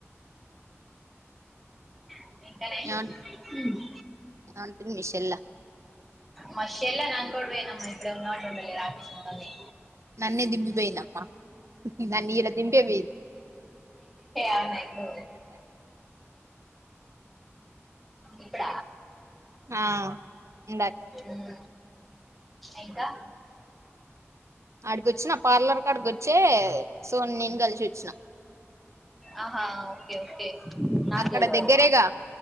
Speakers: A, in the centre; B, on the right (about 75°).
A: <unintelligible> ఆ ఎంతనే ఊ
B: ఏమంట- ఏమంటుంది మిషల్లా
A: మ షెల్ల ననుకోడి వొనం ఇపుడు వుండు మంటే ఉంటలేదు ఆఫీస్ మొఖం మీద
B: నన్నే దింబి బేయనమ నన్ ఇలా దిబే బేయ
A: ఆమెతో ఇపుడ
B: ఆ ఇందాక్
A: ఉమ్, ఇంకా
B: అడికిచ్చిన పార్లర్ క అడికిచ్చే సో నేను కలిసి వచ్చిన
A: ఆహా ఓకే ఓకే నాకు
B: అక్కడ
A: తెలియదు
B: దగ్గరేగా